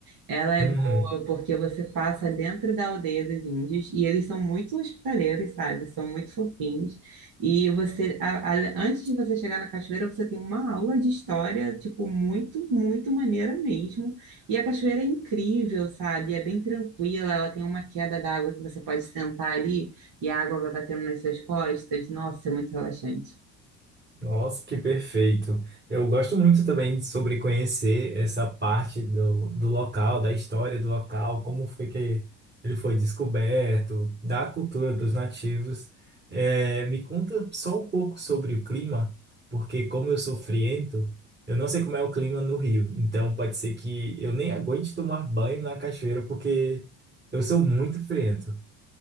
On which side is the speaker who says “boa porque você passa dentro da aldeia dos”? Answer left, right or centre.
Right